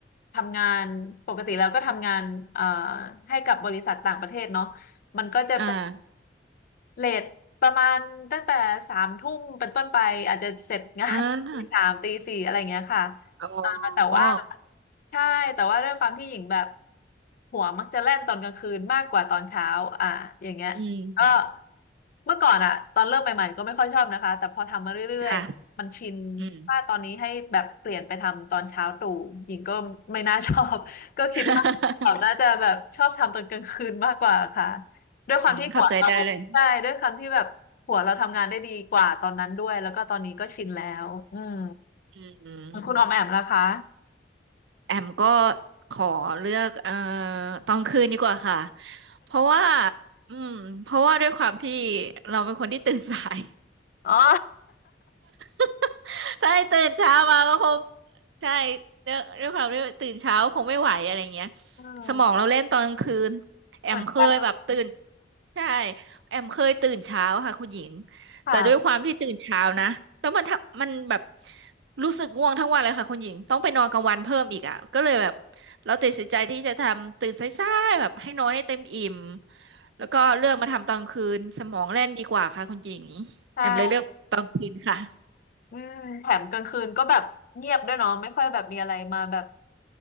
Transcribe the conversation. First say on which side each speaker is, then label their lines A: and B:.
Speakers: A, on the left (about 50°); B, on the right (about 75°).
A: ทำงานปกติแล้วก็ทำงานเอ่อให้กับบริษัทต่างประเทศเนาะมันก็จะเป็น
B: อ่า
A: เลทประมาณตั้งแต่สามทุ่มเป็นต้นไปอาจจะเสร็จงาน
B: อ่า
A: <laughs> ตีสามตีสี่อะไรเงี้ยค่ะ
B: อ๋อ
A: อ่าแต่ว่าใช่แต่ว่าด้วยความที่หญิงแบบหัวมักจะแล่นตอนกลางคืนมากกว่าตอนเช้าอ่าอย่างเงี้ยก็
B: อืม
A: เมื่อก่อนอะตอนเริ่มใหม่ๆก็ไม่ค่อยชอบนะคะแต่พอทำมาเรื่อย
B: ค่ะ
A: มันชินถ้าตอนนี้ให้แบบเปลี่ยนไปทำตอนเช้าตรู่
B: อืม
A: หญิงก็ไม่น่าชอบ <laughs> ก็คิดว่าเขาน่าจะแบบชอบทำตอนกลางคืนมากกว่าค่ะ
B: <laughs>
A: ด้วยความที่หัวเราใช่ด้วยความที่แบบหัวเราทำงานได้ดีกว่าตอนนั้นด้วย
B: อืมเข้าใจได้เลย
A: แล้วก็ตอนนี้ก็ชินแล้วอืม
B: อืม
A: คุณออมแอมนะคะ
B: แอมก็ขอเลือกเอ่อตอนคืนดีกว่าค่ะเพราะว่าอืมเพราะว่าด้วยความที่เราเป็นคนที่ตื่นสาย
A: อ๋อ
B: <laughs> ถ้าให้ตื่นเช้ามาก็คงใช่ด้วยด้วยความที่ตื่นเช้าคงไม่ไหวอะไรเงี้ย
A: <laughs> อืม
B: สมองเราเล่นตอนกลางคืนแอมเคยแบบตื่น
A: เหมือนกันเลย
B: ใช่แอมเคยตื่นเช้าค่ะคุณหญิง
A: ค่ะ
B: แต่ด้วยความที่ตื่นเช้านะแล้วมันทำมันแบบรู้สึกง่วงทั้งวันเลยค่ะคุณหญิงต้องไปนอนกลางวันเพิ่มอีกอ่ะก็เลยแบบเราตัดสินใจที่จะทำตื่นสายๆแบบให้นอนให้เต็มอิ่มแล้วก็เลือกมาทำตอนคืนสมองแล่นดีกว่าค่ะคุณหญิง
A: ใช่
B: แอมเลยเลือกตอนคืนค่ะ
A: อืมแถมกลางคืนก็แบบเงียบด้วยเนาะไม่ค่อยแบบมีอะไรมาแบบ